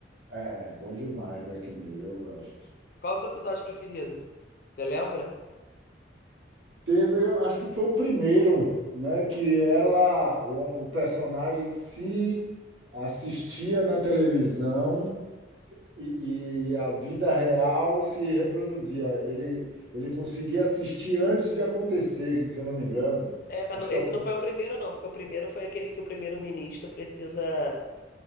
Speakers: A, on the right; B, on the left.
A: É, bom demais, Black Mirror, eu gosto.
B: Qual é o seu episódio preferido? Você lembra?
A: Teve, acho que foi o primeiro, né, que ela, o, o personagem se assistia na televisão e, e a vida real se reproduzia. Ele, ele conseguia assistir antes de acontecer, se eu não me engano.
B: É, mas
A: Acho
B: não-
A: que
B: esse
A: é o
B: não foi o primeiro, não, porque o primeiro foi aquele que o primeiro-ministro precisa